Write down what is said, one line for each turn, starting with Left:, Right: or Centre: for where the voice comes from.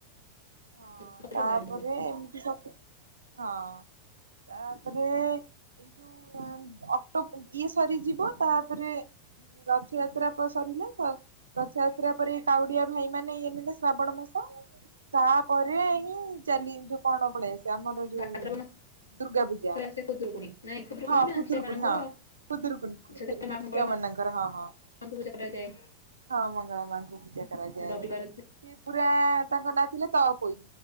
Right: ହଁ
Left: ସବୁଠୁ
Right: ତାପରେ
Left: ଆରମ୍ଭ ହୁଏ।
Right: ଏମିତି ସବୁ ହଁ ତାପରେ ଏଇ ଯୋଉ ଅକ୍ଟୋବ ଇଏ ସରିଯିବ ତାପରେ ରଥଯାତ୍ରା ସରିଲେ ର ରଥଯାତ୍ରା ପରେ କାଉଡିଆ ଭାଇ ମାନେ ଇଏ ନେଲେ ଶ୍ରାବଣ ମାସ। ତାପରେ ହିଁ ଚାଲି ଯୋଉ କଣ ପଳେଇ ଆସେ ଆମର ଯୋଉ
Left: ଭାଦ୍ରବ
Right: ଦୁର୍ଗା ପୂଜା
Left: ମାସରେ ଆସେ ଖୁଦୁରୁକୁଣୀ ନାଇଁ ଖୁଦୁରୁକୁଣୀ
Right: ହଁ
Left: ନା
Right: ଖୁଦୂରୁକୁଣି
Left: ଝିଅ ମାନଙ୍କର
Right: ହଁ। ଖୁଦୁରୁକୁଣୀ ଖୁଦୁରୁକୁଣୀ
Left: ସେଥିରେ ମା ମଙ୍ଗଳା
Right: ଝିଅମାନଙ୍କର ହଁ ହଁ।
Left: ମାଙ୍କୁ ପୂଜା କରାଯାଏ
Right: ହଁ ମଙ୍ଗଳାମାଙ୍କୁ ପୂଜା କରାଯାଏ।
Left: ରବିବାର
Right: ସିଏ ପୁରା ତାଙ୍କ ନା ଥିଲେ ତପୋଇ।